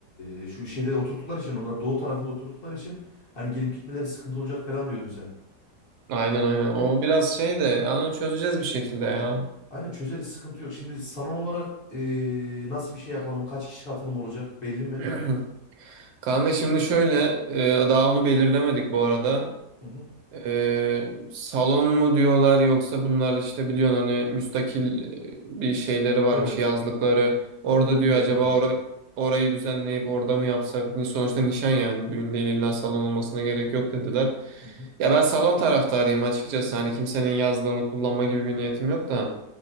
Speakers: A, on the left; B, on the right.
A: Eee, şu şeyde oturdukları için onlar doğu tarafında oturdukları için hani gelip gitmeleri sıkıntı olacak falan diyordun sen.
B: Aynen aynen. O biraz şey de yani onu çözeceğiz bir şekilde ya.
A: Aynen çözeriz sıkıntı yok. Şimdi salon olarak eee, nasıl bir şey yapalım? Kaç kişi katılım olacak? Belli mi?
B: <clears throat> Kanka şimdi şöyle e, daha onu belirlemedik bu arada.
A: Hı hı.
B: Ee, salon mu diyorlar yoksa bunlar işte biliyorsun hani müstakil e, bir şeyleri varmış
A: Evet.
B: yazlıkları. Orada
A: Ha, onun önünde
B: diyor
A: yapalım
B: acaba
A: diyorlar.
B: ora- orayı düzenleyip orada mı yapsak? Ni- Sonuçta nişan yani düğün değil illa salon olmasına gerek yok dediler.
A: Hı hı.
B: Ya ben salon taraftarıyım açıkçası hani kimsenin yazlığını kullanma gibi bir niyetim yok da.